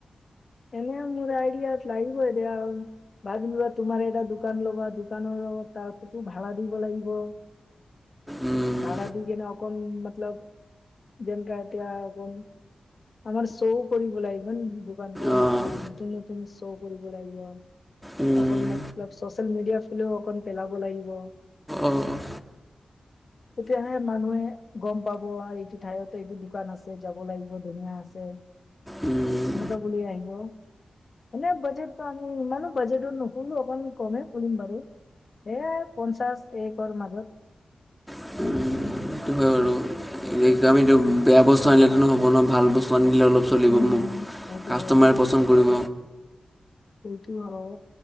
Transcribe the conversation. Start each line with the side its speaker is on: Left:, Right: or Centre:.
Left: এনে মোৰ আইডিয়া লাগিব এ দেয়া আৰু। বা যেনিবা তোমাৰ এটা দোকান ল'বা, দোকানৰ লগত তাৰতো ভাড়া দিব লাগিব।
Centre: উম,
Left: ভাড়া দি কিনে অকণ মতলব। যেনেকা এতিয়া আকৌ, আমাৰ শ্ব' কৰিব লাগিব দোকানখন।
Centre: অ',
Left: এতিয়া নতুন নতুন শ্ব' কৰিব লাগিব।
Centre: উম,
Left: অকন মান চচিয়েল মিডিয়া ফালেও অকন পেলাব লাগিব।
Centre: অঁ' অঁ'।
Left: তেতিয়াহে মানুহে গম পাব আৰু এইটো ঠাইতো এইটো দোকান আছে যাব লাগিব ধুনীয়া আছে।
Centre: উম,
Left: এনেকুৱা বুলি আহিব। মানে বাজেটটো আমি ইমানো বাজেটৰ নুখুলো, অকমান কমে খুলিম বাৰু। এ পঞ্চাছ একৰ মাজত।
Centre: সেইটো হয় আৰু। আমিতো বেয়া বস্তু আনিলেটো নহব ন, ভাল বস্তু আনিলে অলপ চলিব
Left: উম সেইটো
Centre: কাষ্টমাৰে।
Left: হয়
Centre: পচন কৰিব।
Left: সেইটো হয়,